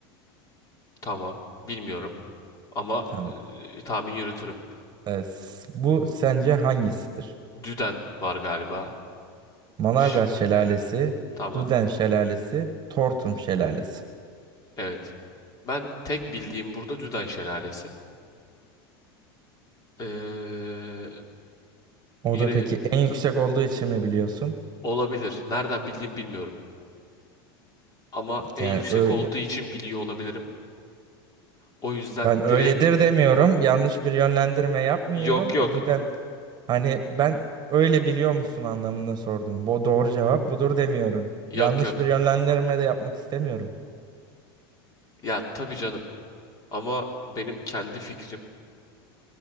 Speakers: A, on the left; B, on the right.
A: Tamam. Bilmiyorum. Ama
B: Tamam.
A: e, tahmin yürütürüm.
B: Evet, bu sence hangisidir?
A: Düden var galiba.
B: Manavgat
A: Ş-
B: Şelalesi,
A: tamam.
B: Duden Şelalesi, Tortum Şelalesi.
A: Evet. Ben tek bildiğim burada Düden Şelalesi. Ee,
B: O
A: yine
B: da peki en yüksek olduğu için mi biliyorsun?
A: olabilir. Nereden bildiğimi bilmiyorum. Ama en
B: Yani
A: yüksek
B: öyle
A: olduğu için biliyor olabilirim. O yüzden
B: ben öyledir
A: direkt
B: demiyorum. Yanlış bir yönlendirme yapmıyorum.
A: yok yok.
B: Düden, hani ben öyle biliyor musun anlamında sordum. Bu doğru cevap budur demiyorum.
A: Yok
B: Yanlış
A: yok.
B: bir yönlendirme de yapmak istemiyorum.
A: Ya tabii canım. Ama benim kendi fikrim